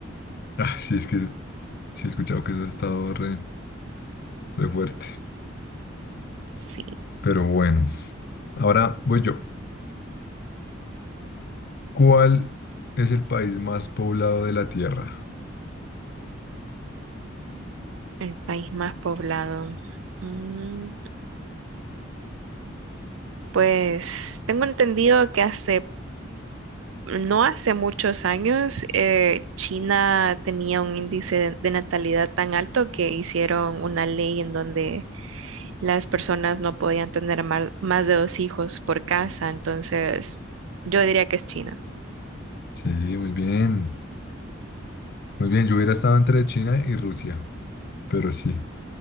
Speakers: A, on the left; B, on the right.
A: Ah, sí, es que sí he escuchado que eso ha estado re, re fuerte,
B: sí.
A: pero bueno. Ahora voy yo. ¿Cuál es el país más poblado de la Tierra?
B: El país más poblado. Mm, pues tengo entendido que hace, no hace muchos años, eh, China tenía un índice de de natalidad tan alto que hicieron una ley en donde las personas no podían tener mal- más, de dos hijos por casa, entonces yo diría que es China.
A: Sí, muy bien. Muy bien, yo hubiera estado entre China y Rusia, pero sí,